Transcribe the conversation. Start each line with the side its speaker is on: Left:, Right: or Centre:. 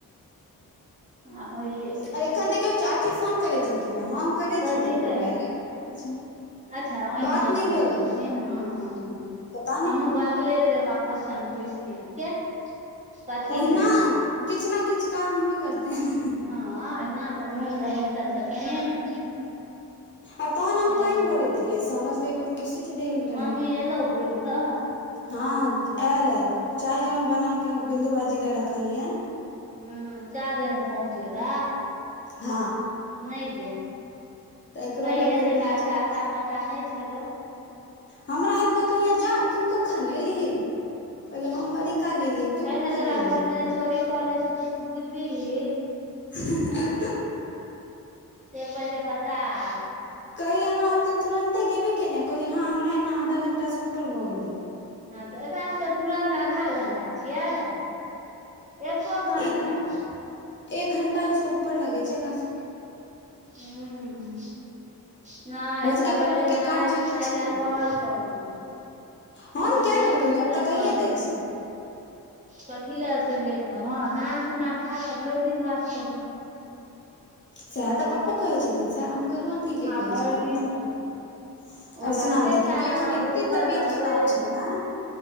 Right: हमरा भइए जाइ
Left: आओर
Right: छै
Left: एखन देखियौ चाची फोन करै छलखिन हे हमर करे
Right: कथी
Left: छियनि तऽ हुनकर
Right: ले
Left: लागे नहि रहल छै
Right: अच्छा ओहिना
Left: बात नहि
Right: केने
Left: भेलै
Right: हँ हँ
Left: पता नहि
Right: हमहूँ बकलेल जकाँ क्वेश्चन पूछि दै छियै कथी
Left: ओहिना
Right: ले
Left: किछु ने किछु काम हेबे करते है
Right: हँ एहिना अपन मोन भेल हेतैन तऽ केने हेथिन
Left: आ तहन हम
Right: छैहे
Left: पानि भरैत रहियै समरसेवलके स्विच देल रहै
Right: मम्मी एलौ बुलि कऽ
Left: हँ एयल ए चाय जहन बनाक बिन्दु भाईजी ले रखलिये
Right: हूंम्म चाय बेरमे पहुँच गेला
Left: हँ
Right: नै दे
Left: तऽ एकरो
Right: कहि
Left: लए
Right: एते
Left: फेर कहलियै
Right: कालसँ
Left: चलू
Right: आता पता नहि छलौ
Left: हमरा आब क कहिया जा तू कखन एलही कहलियै हम
Right: <inaudible>
Left: बड़ी काल एलियै तू
Right: कहि
Left: कतऽ
Right: ने तोरा
Left: गेल
Right: घरमे
Left: रही
Right: जे चोरी क लतो त तू बुझबिही
Left: <unintelligible>
Right: से पहिले बताब आब
Left: कहये हमरा हम त तुरंते गेबे केलियै कहलियै ह हमरा एना आधा घंटा से ऊपर भ गेले
Right: हँ त एकरा सब तुरन्त आधा घण्टा छियै एको घण्टा
Left: एक घंटा एक घण्टा स उपर लगे छै एकरा सबके
Right: हू नहि
Left: भौजिका
Right: सबेरे
Left: पप्पा के
Right: नहाय
Left: गाँव जायके
Right: सुनाय
Left: छै
Right: लए
Left: ने
Right: कहल करू ओतेक
Left: हम कए
Right: लेट
Left: बेर
Right: कथी
Left: कहियै हम
Right: लए
Left: तऽ
Right: करे
Left: कहिये दै
Right: छै
Left: छियै
Right: कथी ले एतै लेट क हँ नहा सोना खा क भरि दिन बात करूँ
Left: सह त पपो कहै छथिन सह अंकलो आंटी के
Right: आ
Left: कहै
Right: भरि
Left: छथिन
Right: दिन
Left: मतलब
Right: ओ
Left: अर्चना
Right: जते
Left: आंटी के
Right: काल
Left: हुनकर
Right: अहाँ
Left: एखन
Right: भूखल
Left: एते तबियत
Right: रहबै
Left: खराब छै न